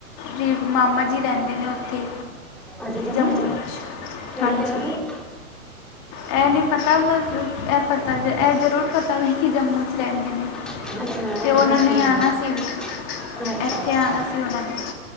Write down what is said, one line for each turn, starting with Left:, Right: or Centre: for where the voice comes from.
Left: ਵੀ ਮਾਮਾ ਜੀ ਰਹਿੰਦੇ ਨੇ ਉੱਥੇ।
Centre: ਅੱਛਾ ਮੁੜ
Left: ਜੰਮੂ
Centre: ਚ, ਕਿਹੜੀ
Left: ਹਾਂਜੀ
Centre: ਜਗ ਤੇ।
Left: ਇਹ ਨਹੀਂ ਪਤਾ ਵਸ, ਇਹ ਪਤਾ ਇਹ ਜ਼ਰੂਰ ਪਤਾ ਵੈ ਕਿ ਜੰਮੂ 'ਚ ਰਹਿੰਦੇ ਨੇ।
Centre: ਅੱਛਾ ਐਡਰੈਸ
Left: ਤੇ ਉਹਨਾਂ ਨੇ
Centre: ਵਗੈਰਾ ਨਹੀਂ
Left: ਆਣਾ ਸੀ ਵੀ
Centre: ਅੱਛਾ-
Left: ਇੱਥੇ
Centre: ਅੱਛਾ।
Left: ਆਣਾ ਸੀ ਉਹਨਾਂ ਨੇ